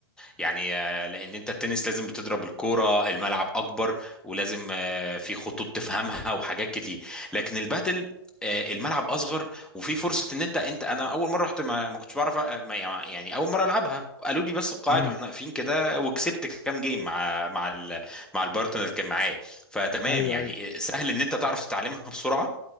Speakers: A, in the centre; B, on the left.
A: يعني آه، لان انت التنس لازم بتضرب الكوره الملعب اكبر ولازم آه، في خطوط تفهمها <laughs> وحاجات كتير لكن البادل آه، الملعب اصغر وفي فرصه ان انت انت انا اول مره رحت ما, ما كنتش بعرف أ- ما يعني اول مره العبها قالوا لي بس القواعد
B: امم
A: واحنا واقفين كده وكسبت كام جيم مع مع ال... مع البارتنر اللي كان معايا فتمام
B: أيوه
A: يعني
B: أيوه
A: آه، سهل ان انت تعرف تتعلمها بسرعه